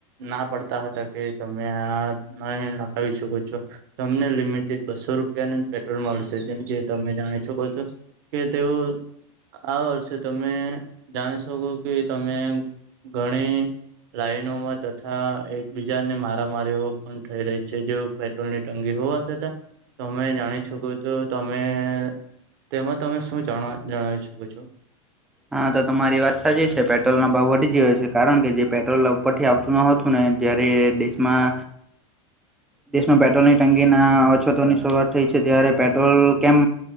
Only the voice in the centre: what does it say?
હા તો તમારી વાત સાચી છે પેટ્રોલ નો ભાવ વધી ગયો છે કારણ કે જે પેટ્રોલ ઉપરથી આવતુ હતું ને જ્યારે દેશમાં દેશમાં પેટ્રોલની તંગી ના હોવા છતાં અછતોની શરૂઆત થઈ છે ત્યારે પેટ્રોલ કેમ